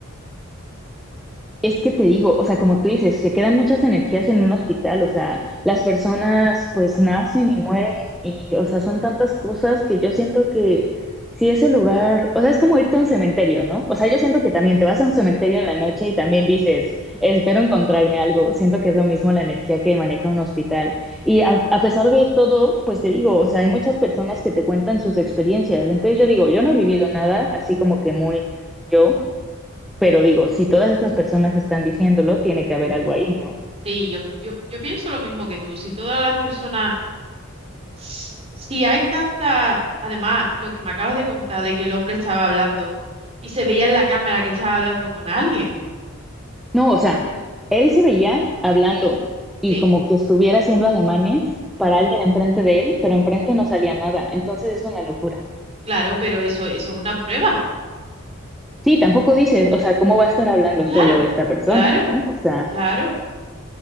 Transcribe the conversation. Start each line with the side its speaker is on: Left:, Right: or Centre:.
Centre: Es que te digo, o sea, como tú dices, se quedan muchas energías en un hospital, o sea, las personas pues nacen y mueren y, o sea, son tantas cosas que yo siento que si ese lugar, o sea, es como irte a un cementerio, ¿no? O sea, yo siento que también te vas a un cementerio
Right: ¡Uh!
Centre: en la noche y también dices, espero encontrarme algo, siento que es lo mismo la energía que maneja un hospital. Y a, a pesar de todo, pues te digo, o sea, hay muchas personas que te cuentan sus experiencias, entonces yo digo, yo no he vivido nada así como que muy yo. Pero digo, si todas estas personas están diciéndolo, tiene que haber algo ahí, ¿no?
Right: Sí, yo, yo, yo pienso lo mismo que tú. Si todas las personas, s- si hay tanta, además, lo que me acabas de contar de que el hombre estaba hablando y se veía en la cámara que estaba hablando con alguien.
Centre: No, o sea, él se veía hablando y
Right: Sí,
Centre: como que estuviera haciendo ademanes para
Right: ujú,
Centre: alguien enfrente de él, pero enfrente
Right: mm,
Centre: no salía nada. Entonces es una locura.
Right: Claro, pero eso, eso es una prueba.
Centre: Sí, tampoco dices, o sea, ¿cómo va a estar hablando
Right: Claro,
Centre: solo esta persona,
Right: claro,
Centre: no? O sea,
Right: claro.